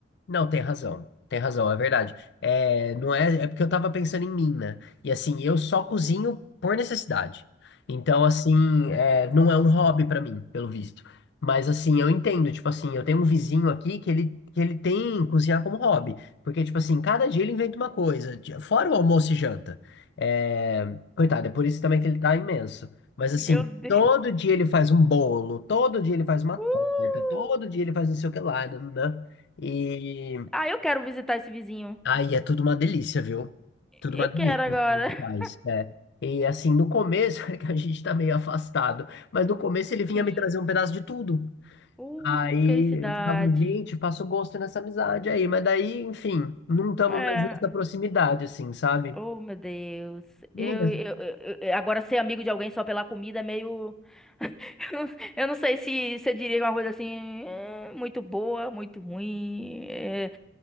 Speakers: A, on the left; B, in the centre.
A: Não, tem razão. Tem razão, é verdade. É, não é, é porque eu tava pensando em mim, né? E assim, eu só cozinho por necessidade. Então, assim, é, não é um hobby pra mim, pelo visto. Mas assim, eu entendo, tipo assim, eu tenho um vizinho aqui que ele, que ele tem cozinhar como hobby. Porque, tipo assim, cada dia ele inventa uma coisa, ti- fora o almoço e janta. É, coitado, é por isso também que ele tá imenso. Mas assim,
B: Meu Deus.
A: todo dia ele faz um bolo, todo dia ele faz uma torta,
B: Uh!
A: todo dia ele faz não sei o que lá, né? E
B: Ah, eu quero visitar esse vizinho.
A: aí é tudo uma delícia, viu? Tudo
B: Eu
A: uma delícia.
B: quero agora.
A: tudo
B: <laughs>
A: que é. E assim, no começo, <laughs> é que a gente tá meio afastado, mas no começo ele vinha
B: Sim.
A: me trazer um pedaço de tudo.
B: Uh,
A: Aí
B: que felicidade.
A: eu falava, gente, faço gosto nessa amizade aí, mas daí, enfim, não estamos
B: É.
A: mais nessa proximidade, assim, sabe?
B: Oh, meu Deus.
A: Meninas,
B: Eu, eu, eu- eu- agora ser amigo de alguém só pela comida é meio. <laughs> Eu não eu não sei se você diria uma coisa assim, eh, muito boa, muito ruim. eh,